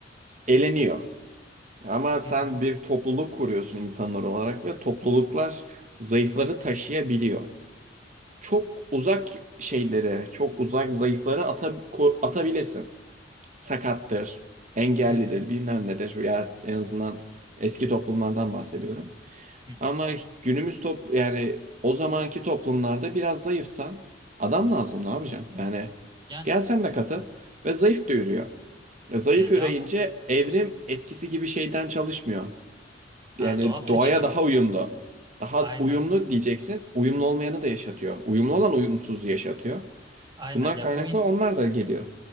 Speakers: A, on the right (about 40°); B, on the right (about 25°).
A: eleniyor. Ama sen
B: Hı hı,
A: bir topluluk kuruyorsun insanlar olarak ve topluluklar zayıfları taşıyabiliyor. Çok uzak şeyleri, çok uzak zayıfları ata, ko- atabilirsin. Sakattır, engellidir,
B: hı hı,
A: bilmem nedir. Ya en azından eski toplumlardan bahsediyorum.
B: hı hı.
A: Ama günümüz top yani o zamanki toplumlarda biraz zayıfsan adam lazım ne yapacaksın? Yani
B: Yani
A: gel sen de katıl ve zayıf da yürüyor. E, Zayıf
B: ya, ya
A: yürüyünce evrim eskisi gibi şeyden çalışmıyor. Yani
B: e, doğal seçilim
A: doğaya daha uyumlu. Daha
B: aynen
A: uyumlu diyeceksin. Uyumlu olmayanı da yaşatıyor. Uyumlu olan uyumsuzu yaşatıyor.
B: aynen
A: Bundan
B: ya
A: kaynaklı
B: bu
A: onlar da geliyor.